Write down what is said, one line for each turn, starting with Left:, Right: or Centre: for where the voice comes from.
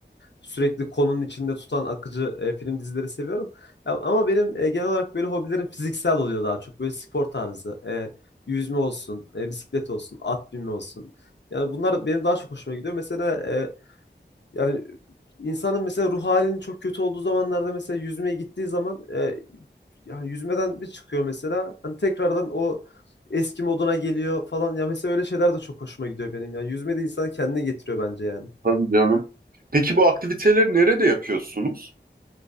Left: sürekli konunun içinde tutan akıcı e, film dizileri seviyorum. Ya, ama benim e, genel olarak böyle hobilerim fiziksel oluyor daha çok. Böyle spor tarzı. e, yüzme olsun, e, bisiklet olsun, at binme olsun. Yani bunlar benim daha çok hoşuma gidiyor. Mesela e, yani insanın mesela ruh halinin çok kötü olduğu zamanlarda mesela yüzmeye gittiği zaman e, yani yüzmeden bir çıkıyor mesela. Hani tekrardan o eski moduna geliyor falan. Ya mesela öyle şeyler de çok hoşuma gidiyor benim. Yani yüzme de insanı kendine getiriyor bence yani.
Right: Tabii canım. Peki bu aktiviteleri nerede yapıyorsunuz?